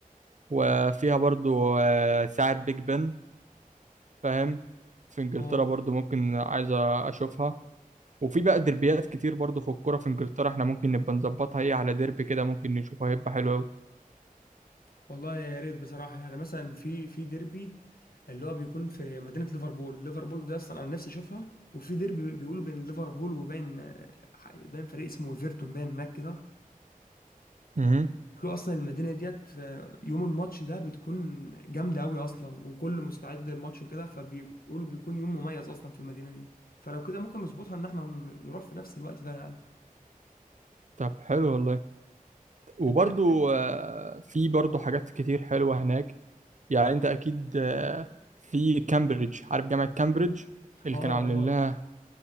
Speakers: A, on the right (about 55°); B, on the left (about 90°).
A: وفيها برضو آه، ساعه بيج بن فاهم في انجلترا
B: اه
A: برضو ممكن عايز اشوفها وفي بقى دربيات كتير برضو في الكوره في انجلترا احنا ممكن نبقى نظبطها هي على ديربي كده ممكن نشوفها هيبقى حلو قوي
B: والله يا ريت بصراحه يعني مثلا في في ديربي اللي هو بيكون في مدينه ليفربول ليفربول ده اصلا انا نفسي اشوفها وفي ديربي بيقولوا بين ليفربول وبين آه، باين فريق اسمه ايفرتون باين هناك كده
A: امم
B: كله اصلا المدينه ديت في يوم الماتش ده بتكون جامده قوي اصلا وكله مستعد للماتش وكده فبيقولوا بيكون يوم مميز اصلا في المدينه دي فلو كده ممكن نظبطها ان احنا ن- نروح في نفس الوقت ده يعني
A: طب حلو والله وبرضو
B: انت عارف ليه
A: آه، في برضو حاجات كتير حلوه هناك يعني انت اكيد آه، في كامبريدج عارف جامعه كامبريدج اللي
B: اه
A: كانوا عاملين
B: اه
A: لها